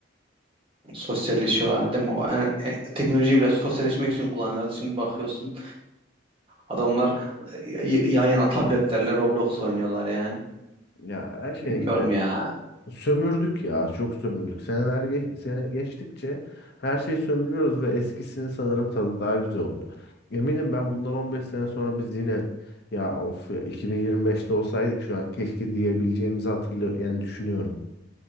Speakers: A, on the right; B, on the left.
A: Sosyalleşiyorlar değil mi? O, yani, e, teknolojiyi bile sosyalleşmek için kullanıyorlar. Şimdi bakıyorsun adamlar e, y- yan yana tabletlerle Roblox oynuyorlar yani.
B: Ya her şey
A: Bilmiyorum
B: işte
A: ya.
B: Sömürdük ya, çok sömürdük. Seneler ge- sene geçtikçe her şeyi sömürüyoruz ve eskisini sanırım tadı daha güzel oluyor. Eminim ben bundan 15 sene sonra biz yine ya of ya 2025'te olsaydık şu an keşke diyebileceğimizi hatırlıyorum yani düşünüyorum.